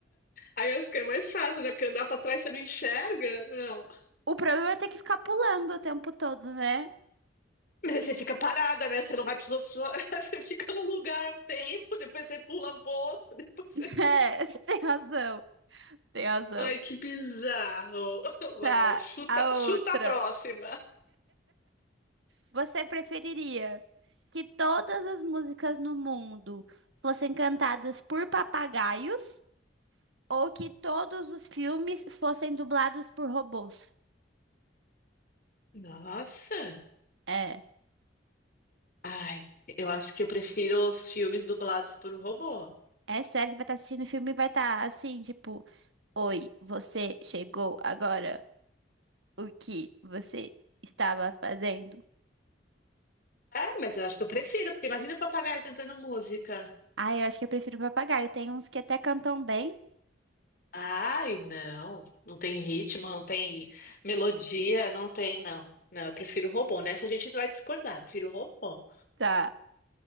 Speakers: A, on the left; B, on the right.
A: Aí eu acho que é mais fácil, né? Porque andar pra trás você não enxerga. Não.
B: O problema é ter que ficar pulando o tempo todo, né? <laughs>
A: Mas aí você fica parada, né? Você não vai pros outros. <laughs> Você fica no lugar um tempo, depois você pula um pouco, <laughs> depois você.
B: É, você tem razão. Você tem razão.
A: Ai, que bizarro. <laughs>
B: Tá,
A: Vai, chuta,
B: a outra.
A: chuta a próxima.
B: Você preferiria que todas as músicas no mundo fossem cantadas por papagaios ou que todos os filmes fossem dublados por robôs?
A: Nossa.
B: É.
A: Ai, eu acho que eu prefiro os filmes dublados por um robô.
B: É sério, você vai estar assistindo o filme e vai estar assim, tipo, Oi, você chegou agora? O que você estava fazendo?
A: É, mas eu acho que eu prefiro, porque imagina o papagaio cantando música.
B: Ah, eu acho que eu prefiro papagaio. Tem uns que até cantam bem.
A: Ai, não. Não tem ritmo, não tem melodia, não tem, não. Não, eu prefiro robô. Nessa a gente vai discordar. Prefiro robô.
B: Tá.